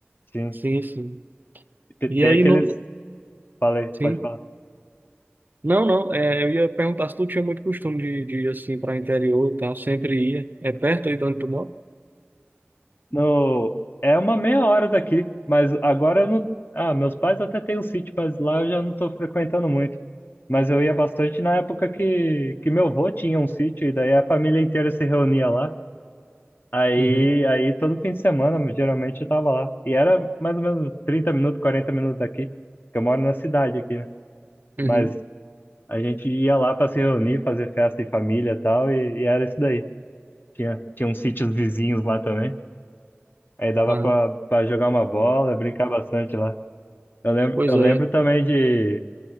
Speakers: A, on the left; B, on the right.
A: sim.
B: Sim, sim.
A: Tem,
B: E
A: tem
B: aí,
A: aqueles.
B: no...
A: Falei,
B: sim.
A: pode falar.
B: Não, não, é, eu ia perguntar se tu tinha muito costume de, de ir assim para interior e tal, sempre ia. É perto aí de onde tu mora?
A: No, é uma meia hora daqui, mas agora eu não. Ah, meus pais até têm um sítio, mas lá eu já não estou frequentando muito. Mas eu ia bastante na época que, que meu avô tinha um sítio, e daí a família inteira se reunia lá. Aí,
B: Uhum.
A: aí todo fim de semana, geralmente, eu tava lá. E era mais ou menos 30 minutos, 40 minutos daqui, que eu moro na cidade aqui, né?
B: Uhum.
A: Mas a gente ia lá para se reunir, fazer festa em família e tal, e, e era isso daí. Tinha, tinha uns sítios vizinhos lá também. Aí dava
B: Ah,
A: pra, pra jogar uma bola, brincar bastante lá. Eu lembro,
B: pois
A: eu
B: é.
A: lembro também de.